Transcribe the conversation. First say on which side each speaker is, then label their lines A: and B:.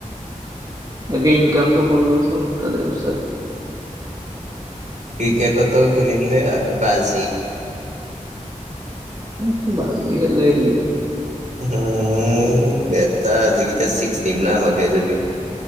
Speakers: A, on the right; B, on the right.
A: আগে ইনকামটো কৰলোচোন তাৰে পিছত
B: ক্ৰিকেটতো খেলিম দে আৰু বাজি
A: উম, বাজি খেলেহি
B: উম, বেটা যিকেইটা চিক্স দিম না ভয় খাই জাবি।